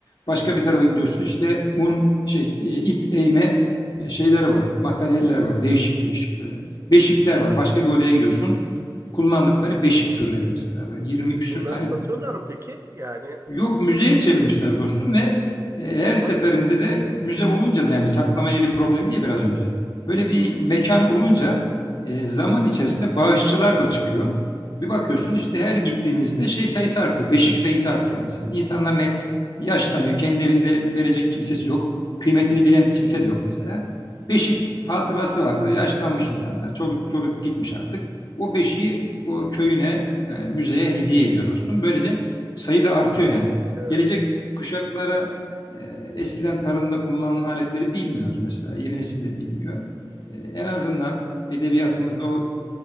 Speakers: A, on the left; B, on the right.
A: Başka bir tarafa gidiyorsun işte un şey e, ip eğme e, şeyleri var, materyalleri var. Değişik değişik böyle. Beşikler var. Başka bir odaya gidiyorsun. Kullandıkları beşik türleri mesela böyle 20 küsür
B: Bunları
A: tane
B: satıyorlar mı peki? Yani
A: Yok müzeye çevirmişler dostum ve e,
B: o
A: her
B: zaman
A: seferinde de müze olunca da yani saklama yeri problemi diye biraz önce. Böyle bir
B: Hı hı.
A: mekan olunca e, zaman içerisinde bağışçılar da çıkıyor. Bir bakıyorsun işte her gittiğimizde şey sayısı artıyor. Beşik sayısı artıyor mesela. İnsanlar ne yaşlanıyor. Kendi evinde verecek kimsesi yok. Kıymetini bilen kimse de yok mesela. Beşik hatırası vardı. Yaşlanmış insanlar. Çoluk çoluk gitmiş artık. O beşiği o köyüne, e, müzeye hediye ediyor dostum. Böylece sayı da artıyor yani.
B: Evet.
A: Gelecek kuşaklara e, eskiden tarımda kullanılan aletleri bilmiyoruz mesela. Yeni nesil de bilmiyor. E, en azından edebiyatımızda o